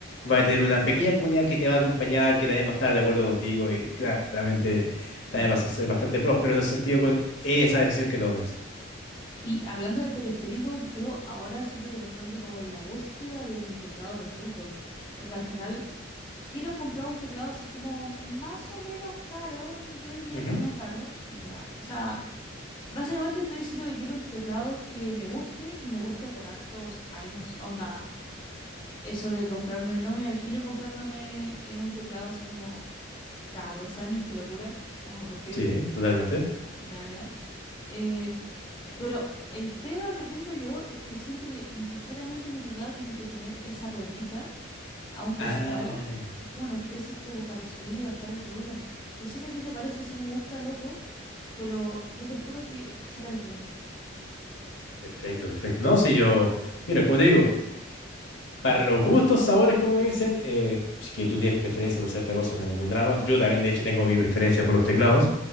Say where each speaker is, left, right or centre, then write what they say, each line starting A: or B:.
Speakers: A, on the left; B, on the left.
A: va a tener una pequeña comunidad que te va a acompañar, que también va a estar de acuerdo contigo y claramente también vas a ser bastante próspero en ese sentido con esa decisión que tomes.
B: Y hablando de periféricos, yo ahora siento que me encuentro como en la búsqueda de mi teclado perfecto, porque al final quiero comprar un teclado así como más o menos caro, yo diría
A: Ujú.
B: que no caro, ya. O sea, básicamente estoy diciendo que quiero un teclado que me guste y me guste por hartos años. Onda, eso de comprarme, no me imagino comprándome eh, un teclado así como cada dos años, qué locura. O sea, ¿por qué?
A: Sí, totalmente.
B: Ya, ya. Eh, Pero el tema que tengo yo es que siento que necesariamente mi teclado tiene que tener esa ruedita a un costado,
A: Ah,
B: que es como una especie como para subir y bajar el volumen. Yo sé que a ti te parece así como ultra loco, pero yo te juro que hace la diferencia.
A: perfecto, perfecto. No, si yo, mira, como te digo, Para los gustos, sabores, como dicen, eh, si que tú tienes preferencia por cierta cosa, no hay ningún drama. Yo también, de hecho, tengo mi preferencia por los teclados.